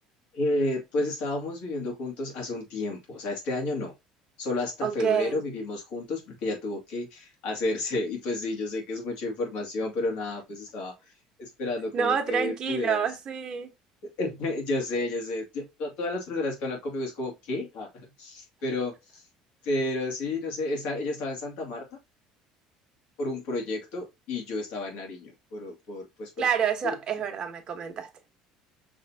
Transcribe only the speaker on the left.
Eh, pues estábamos viviendo juntos hace un tiempo, o sea, este año no, solo hasta
febrero vivimos
juntos porque ya tuvo que hacerse <laughs> y pues sí, yo sé que es mucha información, pero nada, pues estaba esperando como
que
pudieras,
<laughs> yo sé, yo sé, yo- to- todas las personas que hablan conmigo es como, ¿qué? Ah, <laughs> Pero, pero sí, no sé, está, ella estaba en Santa Marta por un proyecto y yo estaba en Nariño, por, por, pues por,
porque,